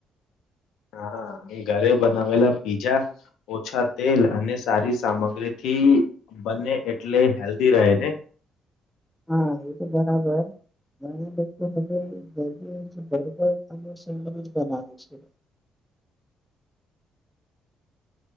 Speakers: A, on the left; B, in the centre.
A: <unintelligible> હા ઘરે બનાવેલા પીજા ઓછા તેલ અને સારી સામગ્રીથી બને એટલે હેલ્ધી રહે ને
B: હા એતો બરાબર ઘણા લોકો હવે <unintelligible> બનાવે છે.
A: <unintelligible>